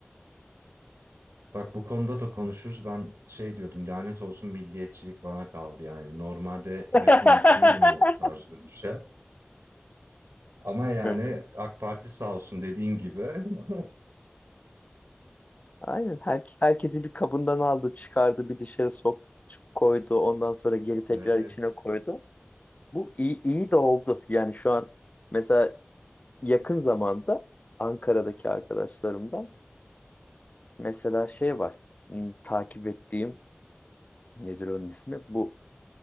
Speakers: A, on the right (about 85°); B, on the left (about 35°).
A: Bak bu konuda da konuşuruz. Ben şey diyordum lanet olsun milliyetçilik bana kaldı yani. Normalde yakın
B: <laughs>
A: değilim o tarz görüşe. Ama yani
B: Hı.
A: AK Parti sağ olsun dediğin gibi. <laughs>
B: Aynen her, herkesi bir kabından aldı, çıkardı, bir dışarı sok koydu, ondan sonra geri tekrar
A: Evet.
B: içine koydu. Bu iyi, iyi de oldu. Yani şu an mesela yakın zamanda Ankara'daki arkadaşlarımdan mesela şey var. hmm, Takip ettiğim nedir onun ismi? Bu